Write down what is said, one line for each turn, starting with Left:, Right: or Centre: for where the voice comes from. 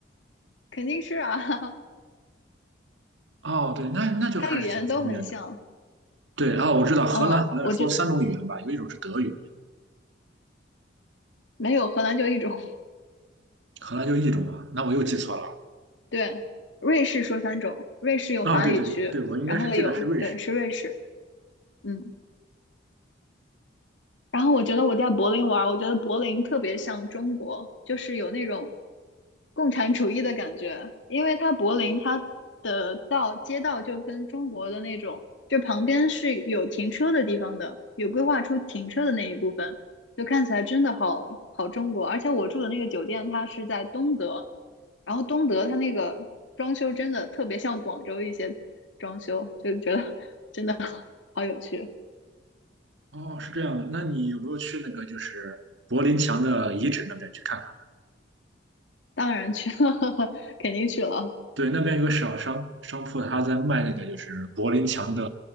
Left: 肯定是啊，<laughs>
Right: 哦，对，那那就还是挺方便的。
Left: 它语言都很像。
Right: 对，啊，我知道荷兰好像说三种语言吧，
Left: 嗯，我就
Right: 有一种是德语，
Left: 没有荷兰就一种。
Right: 荷兰就一种嘛。那我又记错了。
Left: 对，瑞士说三种，瑞士有法语区，
Right: 啊、对对对，我应该是记得是瑞士。
Left: 然后有，对，是瑞士，嗯。然后我觉得我在柏林玩儿，我觉得柏林特别像中国，就是有那种共产主义的感觉，因为它柏林它的道街道就跟中国的那种，就旁边是有停车的地方的，有规划出停车的那一部分，就看起来真的好好中国。而且我住的那个酒店它是在东德，然后东德它那个装修真的特别像广州一些装修，就觉得 <laughs> 真的好有趣。
Right: 哦，是这样的。那你有没有去那个就是柏林墙的遗址那边去看看？
Left: 当然去了，<laughs> 肯定去了。
Right: 对，那边有个小商商铺，他在卖那个就是柏林墙的，